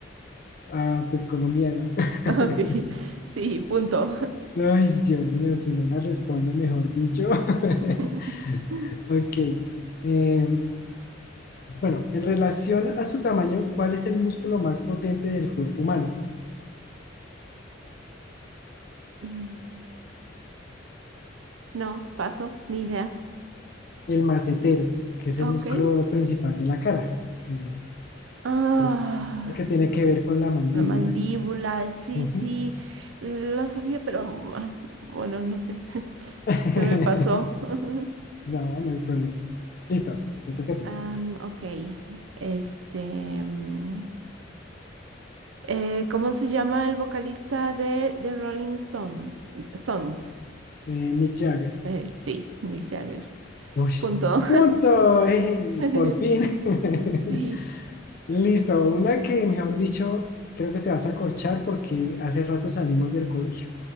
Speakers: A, on the left; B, on the right.
A: Ah, pues colombiana. <laughs>
B: Ok, <laughs> sí, punto.
A: Ay, Dios mío, si no la respondo, mejor dicho. <laughs>
B: <laughs>
A: Ok. eh, <clears throat> bueno, en relación a su tamaño, ¿cuál es el músculo más potente del cuerpo humano?
B: Mm, No, paso, ni idea.
A: el macetero, que es el
B: Ok.
A: músculo principal de la cara, que
B: Ah,
A: creo que es el que tiene que ver con la mandíbula.
B: la mandíbula, sí,
A: Ujú.
B: sí, lo sabía, pero mm, ah, bueno, no sé, <laughs>
A: <laughs>
B: se me pasó. <laughs>
A: No, no hay problema. Listo, te toca a ti.
B: Am, ok, este, mm, eh, ¿cómo se llama el vocalista de The Rolling Stone, Stones?
A: Eh, Mick Jagger.
B: Eh, sí, Mick Jagger.
A: Uy,
B: Punto.
A: punto. eh,
B: <laughs>
A: por fin. <laughs>
B: Sí.
A: Listo, una que, mejor dicho, creo que te vas a corchar porque hace rato salimos del colegio.